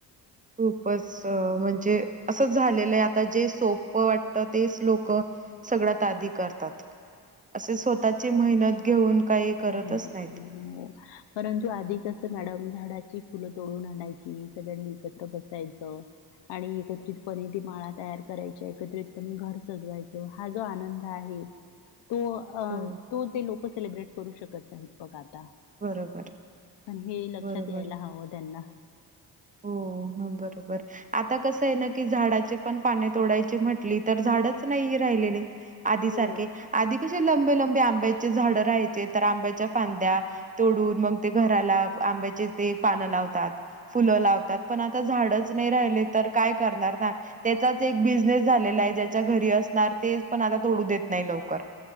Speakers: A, on the right; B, on the left.
A: खूपच म्हणजे असंच झालेलं आहे आता जे सोप वाटत तेच लोक सगळ्यात आधी करतात, असे स्वतःचे मेहत घेऊन काही करतच
B: नाही
A: नाहीत.
B: हो परंतु आधी कस मॅडम झाडा ची फुलं तोडून आणायची सगळ्यांनी एकत्र बसायचं. आणि एकत्रितपणे ती माळा तयार करायच्या एकत्रितपणे घर सजवायचं हा जो आनंद आहे. तो
A: हो,
B: तो ते लोक सेलिब्रेट करू शकत आहेत बघा. आता
A: बरोबर,
B: पण हे लक्षात
A: बरोबर.
B: यायला हवं त्यांना.
A: हो ह. बरोबर आता कस आहे ना की झाडाचे पण पाने तोडायची म्हटली तर झाडच नाही राहिलेले. आधी
B: हो
A: सारखे आधी कसे लंबे लं बे, आंब्याचे झाड राहायचे तर आंब्याच्या फांद्या तोडून मग ते घराला आंब्याचे ते पानं लावतात. फुलं लावतात पण आता झाडच नाही राहिले तर काय करणार ना त्याचाच एक बिझनेस झालेला आहे. ज्याच्या घरी असणार ते पण आता तोडू देत नाही लवकर.